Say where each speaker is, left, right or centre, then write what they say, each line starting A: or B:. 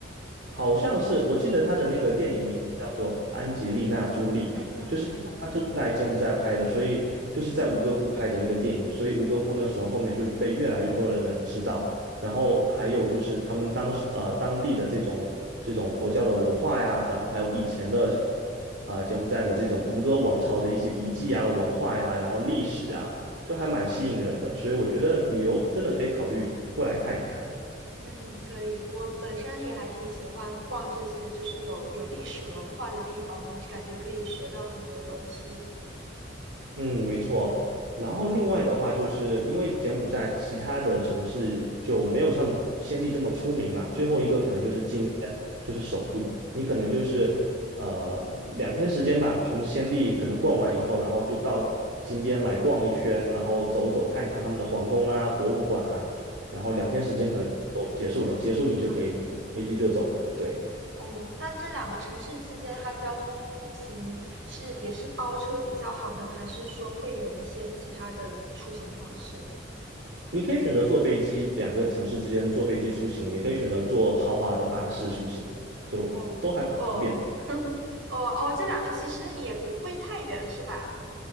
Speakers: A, on the right; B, on the right.
A: 好像是，我记得他的那个电影名字叫做安吉丽娜·
B: 嗯
A: 朱莉，
B: 嗯嗯嗯
A: 就是他就在柬埔寨拍的，所以就是在吴哥窟拍的那个电影，所以吴哥窟那时候后面就被越来越多的人知道，然后还有就是他们当时呃当地的这种这种佛教的文化呀，然后还有以前的这种
B: 嗯
A: 啊、呃柬埔寨的这种吴哥王朝的一些遗迹啊、文化呀，然后历史啊，
B: 嗯嗯。
A: 就还蛮吸引人的，所以我觉得旅游真的可以考虑过来看一看。
B: 嗯，可以。我本身也还挺喜欢逛这些，就是有有历史文化的地方，感觉可以学到很多东西。
A: 嗯，没错。然后另外的话，就是因为柬埔寨其他的城市就没有像暹粒这么出名了。最后一个可能就是金边，
B: 嗯
A: 就是首都。你可能就是呃两天时间吧，从暹粒可能逛完以后，然后就到金边来逛一圈，然后走走看一看他们的皇宫啊、博物馆啊，然后两天时间可能就结束了。
B: 嗯嗯，
A: 结束你就可以飞机就走了。
B: 就差不多。
A: 对。
B: 嗯，那这两个城市之间，它交通通行是也是包车比较好呢，还是说会有一些其他的出行方式？
A: 你可以选择坐飞机，两个城市之间坐飞机出行，也可以选择坐豪华的巴士出行，就都还蛮方便的，
B: 哦哦 <laughs> 哦哦，这两个其实也不会太远，是吧？